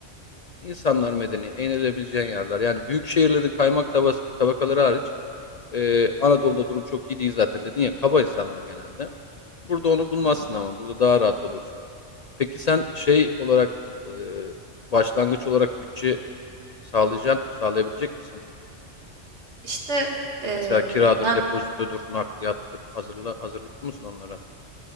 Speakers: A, on the left; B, on the right.
A: insanlar medeni, eğlenebileceğin yerler. Yani büyük şehirlerin kaymak tabas- tabakaları hariç e, Anadolu'da durum çok iyi değil zaten dedin ya kaba insanlar genelde. Burada onu bulmazsın
B: Evet.
A: ama burada daha rahat olursun. Peki sen şey olarak e, başlangıç olarak bütçe sağlayacaksın, sağlayabilecek misin?
B: İşte eee,
A: Mesela kiradır,
B: ne
A: depozitodur, nakliyattır. Hazırla, hazırlıklı mısın onlara?